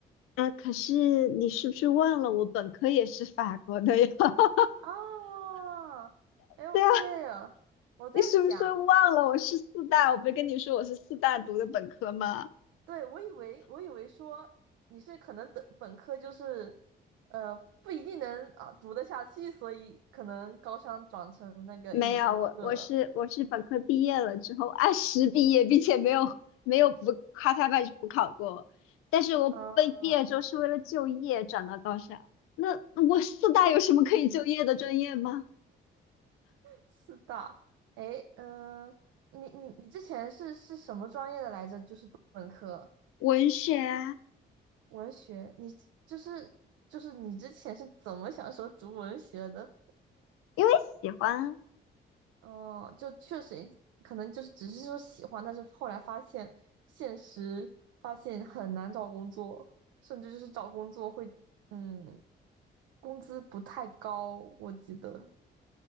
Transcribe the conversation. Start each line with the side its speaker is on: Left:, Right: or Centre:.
Left: 啊，可是你是不是忘了我本科也是法国的呀？<laughs>
Right: 啊？哎，
Left: 对啊，
Right: 我对了，我在想，
Left: 你是不是忘了我是四大？我不是跟你说我是四大读的本科吗？
Right: 对，我以为我以为说你是可能的本科就是呃不一定能啊读得下去，所以可能高三转成那个英语授课
Left: 没有，我我是我是本科毕业了之后按时毕业，并且没有没有补咔咔半去补考过，但是我被毕业之后是为了就业转到高校。
Right: 啊。
Left: 那我四大有什么可以就业的专业吗？
Right: 四大，诶，嗯、你你你之前是是什么专业的来着？就是本科
Left: 文学啊，
Right: 文学，你就是就是你之前是怎么想说读文学的？
Left: 因为喜欢啊
Right: 哦、就确实可能就是只是说喜欢，但是后来发现现实发现很难找工作，甚至就是找工作会嗯，工资不太高，我记得。